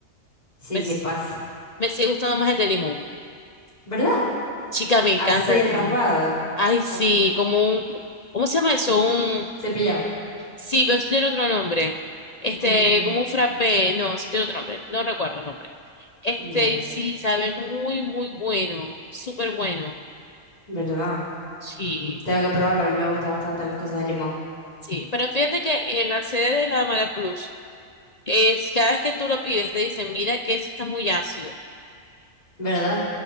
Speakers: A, on the left (about 30°); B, on the left (about 45°).
A: Sí,
B: ¿Ves?
A: sí pasa.
B: Me sigue gustando más el de limón.
A: ¿Verdad?
B: Chica, me encanta
A: Así el
B: el de
A: raspado,
B: limón. Ay, sí,
A: como
B: como un, ¿cómo se llama eso? Un,
A: cepillado.
B: sí, pero eso tiene otro nombre. Este,
A: Um,
B: como un frappé, no, eso tiene otro nombre, no recuerdo el nombre. Este,
A: ya,
B: sí, sabe muy, muy bueno, súper bueno.
A: ¿verdad?
B: Sí,
A: Tengo que probarlo, a mí me gustan bastante las cosas de limón,
B: sí, pero fíjate que en la sede de la Mara Plus, es, cada vez que tú lo pides, te dicen, mira que ese está muy ácido.
A: ¿verdad?